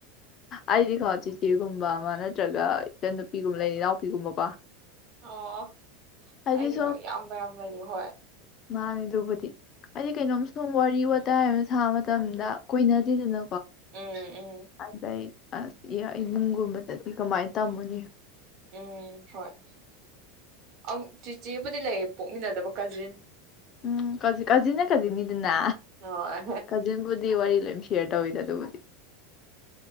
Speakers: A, on the left; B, on the right.
A: ꯑꯩꯗꯤꯀꯣ ꯖꯤꯛꯇꯤ ꯅꯨꯄꯤꯒꯨꯝꯕ ꯑꯃ ꯅꯠꯇ꯭ꯔꯒ ꯏꯆꯟ ꯅꯨꯄꯤꯒꯨꯝꯕ ꯂꯩ ꯏꯅꯥꯎꯄꯤꯒꯨꯝꯕꯀꯣ
B: ꯑꯣ
A: ꯍꯥꯏꯗꯤ
B: ꯑꯩꯒꯤꯅ ꯏꯌꯥꯝꯕ ꯌꯥꯝ ꯂꯩꯅꯤ ꯍꯣꯏ
A: ꯃꯥꯅꯦ ꯑꯗꯨꯕꯨꯗꯤ ꯑꯩꯗꯤ ꯀꯩꯅꯣꯝ ꯁꯨꯝ ꯋꯥꯔꯤ ꯋꯥꯇꯥꯏ ꯑꯃ ꯁꯥꯕ ꯃꯇꯝꯗ ꯀꯣꯏꯅꯗꯦꯗꯅ
B: ꯎꯝ ꯎꯝ
A: ꯑꯗꯨꯗꯩ ꯑ ꯏ ꯏꯃꯨꯡꯒꯨꯝꯕꯗꯗꯤ ꯀꯃꯥꯏꯅ ꯇꯝꯃꯨꯅꯤ
B: ꯎꯝ ꯍꯣꯏ ꯑ ꯆꯤꯆꯦꯕꯨꯗꯤ ꯂꯩꯌꯦ ꯄꯣꯛꯃꯤꯟꯅꯗꯕ ꯀꯖꯤꯟ
A: ꯎꯝ ꯀꯥꯖꯤꯟꯅ ꯀꯥꯖꯤꯟꯅꯤꯗꯨꯅ
B: ꯍꯣꯏ
A: ꯀꯥꯖꯤꯟꯕꯨꯗꯤ ꯋꯥꯔꯤ ꯂꯣꯏ ꯁꯦꯌꯥꯔ ꯇꯧꯋꯤꯗꯅ ꯑꯗꯨꯗꯕꯅꯤ